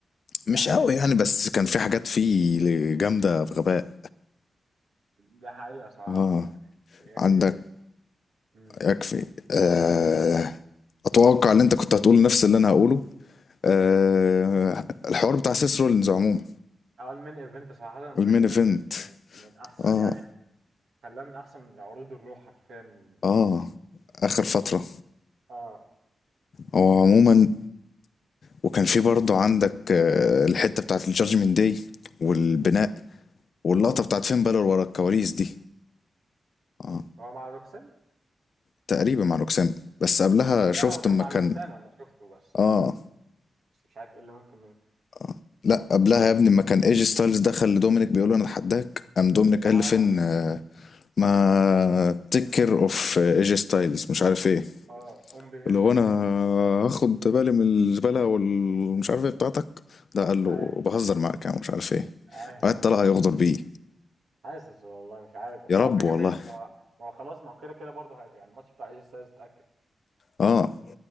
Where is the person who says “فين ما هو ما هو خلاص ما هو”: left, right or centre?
Right